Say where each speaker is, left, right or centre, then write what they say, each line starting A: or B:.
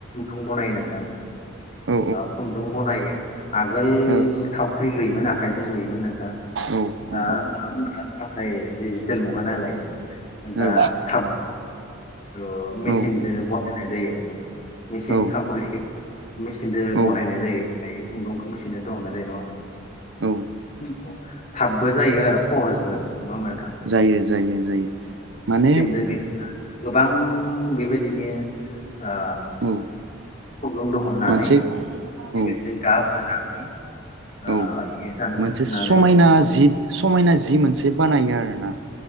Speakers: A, on the left; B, on the right.
A: खन्दुं बनायो नोंथां ओ
B: औ
A: खुन्दुं बनायो। आगोल
B: औ
A: थाव <unintelligible> आखाइजों लुयोन नोंथां
B: ओ औ
A: दा
B: औ
A: <inaudible> थाखाय डिजिटेल मुगा नालाय दा
B: औ
A: थाब अ मेचिनदो
B: औ
A: ब नाय जायो मेचिन
B: औ
A: टाकुर एखे मेसिनदो
B: औ
A: बनायनाय जायो। दायो खुनदुं बेखौ मेचिनदो दहननाय जायो न
B: औ
A: उम थाबबो जायो आरो खहजबो नङा होनबा नोंथां
B: जायो जायो जायो माने
A: मिथिनो <unintelligible> गोबां बेबायदिनो ओ
B: औ
A: खुन्दुं द अननानै
B: मोनसे
A: बेबायदिनो
B: औ
A: गाब होनानै <inaudible> ओ
B: औ
A: हिसान
B: मोनसे
A: सोंनानै
B: समायना जि समायना जि मोनसे बानायो आरोना